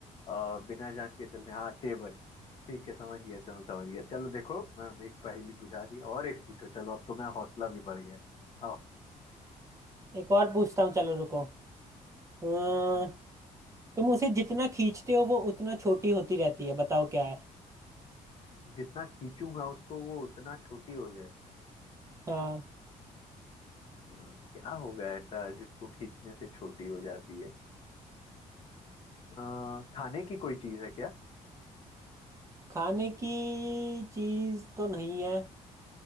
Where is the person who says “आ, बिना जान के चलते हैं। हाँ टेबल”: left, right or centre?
Left